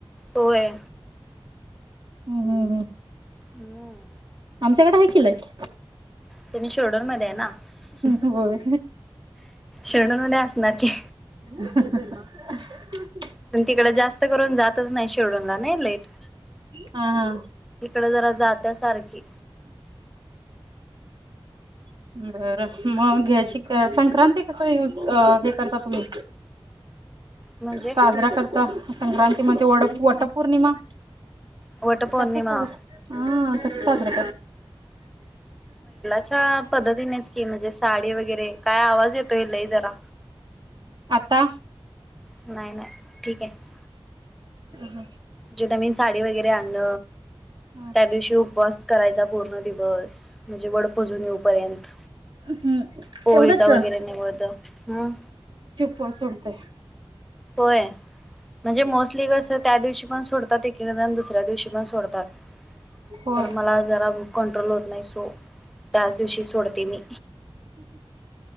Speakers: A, in the centre; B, on the right.
A: होय
B: हम् हम् हम्
A: हम्
B: आमच्याकडे ह किील आहे
A: त्यां म शिरोडर माहि
B: होय
A: शेणून असणार की
B: <unintelligible>
A: पण तिकड जास्त करून जातच नाही शेडूनला नाही लेट
B: हा हा
A: इकड जरा जात्या सारखी
B: बरं मग घ्या श संक्रांती कस युज हे करता तुम्ही
A: म्हणजे
B: साजरा करता संक्रांती म वड वट पौर्णिमा
A: वटपौर्णिमा
B: कस स्र हा कस्र
A: अा पद्धतीनेच की म्हणजे साडी वगैरे काय आवाज येतोय लई जरा
B: आता
A: नाही नाही ठीक आहे
B: ह हं
A: जे न मी साडी वगैरे आणल
B: हम्म
A: त्या दिवशी उपवास करायचा पूर्ण दिवस म्हणजे वडपजून येऊपर्यंत
B: हम्म
A: पोळीचा
B: तेवढंच
A: वगैरे नि बध हम्
B: वासलते
A: होय म्हणजे मोस्टली कसं त्या दिवशी पण सोडतात एक जण दुसऱ्या दिवशी पण सोडतात
B: होय
A: कार मला जरा बुक कंट्रोल होत नाही सो त्याच दिवशी सोडते मी